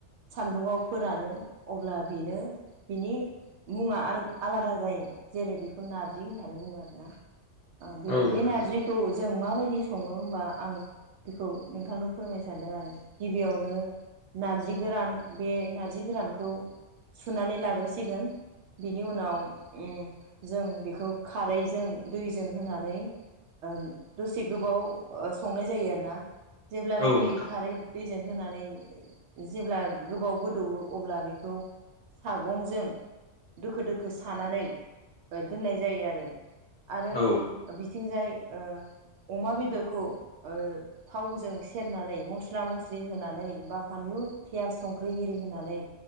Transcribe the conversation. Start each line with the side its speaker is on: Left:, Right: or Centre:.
Right: सान्दुाव फोरानो अब्ला बेनो बिनि मुङा आरो आलादा जायो जेरै बेखौ नार्जि होननानै बुङो आरोना। ओ-बें
Left: औ
Right: बे
Left: नोंथां
Right: नारजिखौ जों माबायदि सङो होमबा आं बेखौ। नोंथांनो फोरमायनो सानदों आरो गिबियावनो। नार्जि गोरान बे नार्जि गोरानखौ सुनानै लाग्रोसिगोन। बिनि उनाव ओम जों बेखौ खारैजों दैजों होनानै ओं दसे गोबाव ओ-संनाय जायो आरो ना जेब्लानाखि
Left: औ नोंथां
Right: खारै दैजों होनानै जेब्ला गोबाव गोदौवो अब्ला बेखौ सागंजों दोखो दोखो सानानै ओ दोननाय जायो आरो। आरो
Left: औ
Right: बिथिंजाय ओ अमा बेदरखौ ओ- थावजों सेरनानै मस्ला मस्लि होनानै बा फानलु पियास संख्रि एरि होनानै